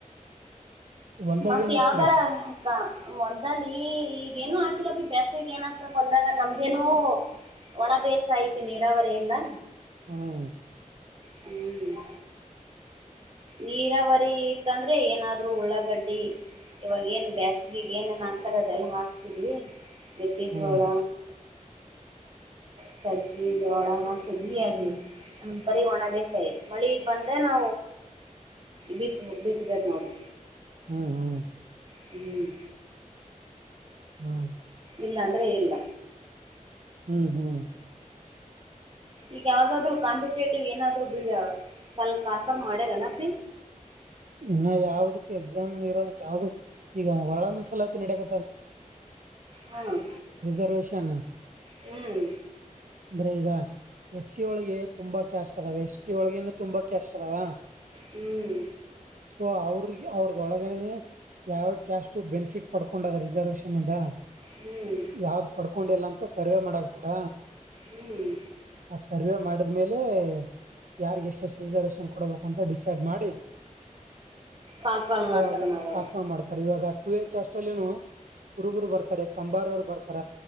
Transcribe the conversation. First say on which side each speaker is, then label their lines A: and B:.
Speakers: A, on the right (about 75°); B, on the right (about 40°).
A: ಹೊಲ್ದಾಗ
B: ಮತ್ತತ್
A: ಏನ್ ಹಾಕಿರಿ
B: ಯಾವ್ದರ ಕ ಒಂದಲ್ಲಿ ಈಗೇಏನು ಹಾಕಿಲ್ಲ ಬಿ ಬ್ಯಸಗ ಏನ್ ಹಾಕ್ಬೇಕು ಒಂದಾಗ ನಮ್ದೇನೋ ಒಣ ಬೇಸ ಐತಿ ನೀರಾವರಿ ಎಲ್ಲಾ
A: ಹ್ಮ್
B: ಹ್ಮ್ ನೀರಾವರಿ ಇತ್ತಂದ್ರೆ ಏನಾದ್ರು ಉಳ್ಳಾಗಡ್ಡಿ ಇವಾಗ ಏನ್ ಬೇಸಿಗೆ ಏನೇನ್ ಹಾಕ್ತಾರ ಅದೆಲ್ಲಾ ಹಾಕ್ತಿದೀವಿ ಲಿಕ್ಕಿ
A: ಹ್ಮ್
B: ಜೋಳ ಸಜ್ಜಿ ಜೋಳ ಹಾಕ್ತದ್ವಿ ಅದಿ ಬರಿ ಒಣ ಬೇಸಾಯ ಮಳಿ ಬಂದ್ರೆ ನಾ ಬಿತ್ ಬಿತ್ ಬಿತ್ ನೋಡಿ
A: ಹ್ಮ್ ಹ್ಮ್
B: ಹ್ಮ್
A: ಹ್ಮ್
B: ಇಲ್ಲ ಅಂದ್ರೆ ಇಲ್ಲ
A: ಹ್ಮ್ ಹ್ಮ್ <inaudible>
B: ಈಗ ಯಾವ್ದಾದ್ರು ಕಾಂಪಿಟೇಟಿವ್ ಏನಾದ್ೂ ಬ ಕಲ್ ಕನ್ಫರ್ ಮಾಡ್ಯಾರನಪ
A: ಇನ್ನ ಯಾವದಕ್ ಎಕ್ಸಾಮ್ ಇರೋ ಯಾವ್ದ ಈಗ ಒಳ ಮೀಸಲಾತಿ ನಡಕ
B: ಹ್ಮ್
A: ಿಸರ್ವಷನ್ ಅಂದ್ರೆ
B: ಹ್ಮ್
A: ಈಗ ಎಸ್ ಸಿ ಒಳಗೆ ತುಂಬಾ ಕಷ್ಟ ಅದಾವ ಎಷ್ಟಿ ಒಳಗನುೂ ತುಂಬಾ ಕೆಸ್ ಅದಾವ
B: ಹ್ಮ್
A: ಸೊ ಅವ್ರಿಗೆ ಅವ್ರದೊಳಗನೆ ಯಾವಷ್ಟು ಬೆನಿಫಿಟ್ ಪಡ್ ಕೊಂಡದ ರಿಸರ್ವೇಶನ್ ಇಂದ
B: ಹ್ಮ್
A: ಯಾವ್ದ್ ಪಡ್ಕೊಂಡಿಲ್ಲ ಅಂತ ಸರ್ವೆ ಮಾಡಕ್ತಾರ
B: ಹ್ಮ್
A: ಆ ಸರ್ವೆ ಮಾಡಿದ್ಮೇಲೆ ಯಾರ್ಗ್ ಎಷ್ಟ ಎಷ್ಟು ರಿಸರ್ವೇೇಶನ್ ಕೊಡಬೇಕು ಅಂತ ಡಿಸೈಡ್ ಮಾಡಿ
B: ಕಾಲ್ಫಾಲ್
A: ಅವಾಗ
B: ಮಾಡ್ತಾರ ನಾವು
A: ಕಾಸ ಮಾಡ್ತಾರೆ ಇವಾಗ ಈಗ ಟು ಎ ಕೆ ಅಷ್ಟಲ್ಲಿ ನು ಕುರುಬರು ಬರ್ತಾರೆ ಕಂಬಾರರು ಬರ್ತಾರೆ